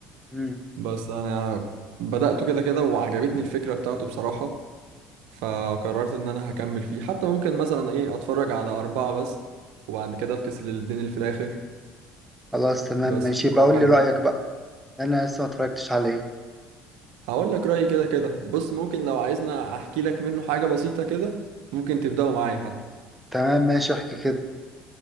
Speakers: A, in the centre; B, on the right.
A: مم.
B: بس انا بدأته كده كده وعجبتني الفكرة بتاعته بصراحة فقررت ان انا هكمل فيه حتى ممكن مثلا ايه اتفرج على اربعة بس وبعد كده افكس للاتنين اللي في الاخر
A: خلاص تمام
B: بس
A: ماشي بقول
B: هو حلو
A: لي رأيك بقى انا لسه ما اتفرجتش عليه
B: هقول لك رأيي كده كده بص ممكن لو عايزنا احكي لك منه حاجة بسيطة كده ممكن تبدأوا معايا حتى
A: تمام ماشي احكي كده